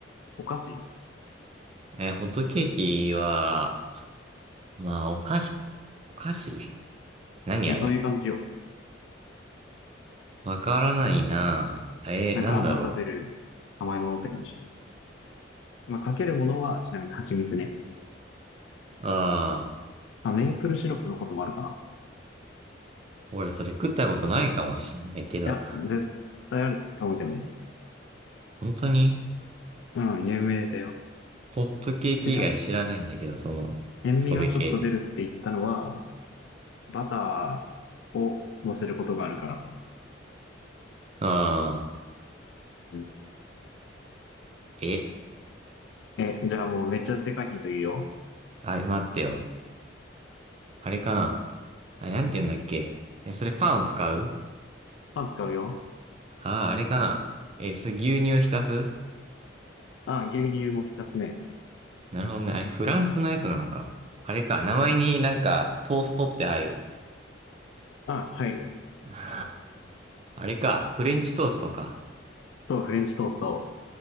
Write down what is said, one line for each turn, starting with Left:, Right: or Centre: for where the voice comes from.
Left: お菓子
Right: うえーホットケーキは、まあ、お菓子、お菓子何あれ
Left: ねそういう感じよ。
Right: わからないな。えー、
Left: なんか朝食べる甘いものって感じ。
Right: なんだろ
Left: まあ、かけるものはちなみに蜂蜜ね。
Right: うあー。
Left: まあ、メープルシロップのこともあるかな。
Right: 俺それ食ったことないかもしれないけど、
Left: いや、絶対あると思うけどね。
Right: 本当に
Left: うん、有名だよ。
Right: ホットケーキ以外知らないんだけど、
Left: で、さっき、
Right: その、
Left: 塩味がちょっと出るって言ったのは、
Right: それ系で。
Left: バターを乗せることがあるからかな。
Right: ああ、
Left: うん。
Right: え、
Left: え、じゃあもうめっちゃでかいヒントいいよ。
Right: あ、待ってよ。あれかな。あれ、なんて言うんだっけ。え、それパンを使う
Left: パン使うよ。
Right: ああー、あれかな。え、それ牛乳浸す
Left: あ、牛乳も浸すね。
Right: なるほどね。あれ、フランスのやつなのか。あれか。名前になんか、トーストって入る。
Left: あ、入る。
Right: <laughs> あれか。フレンチトーストか。
Left: と、フレンチトースト。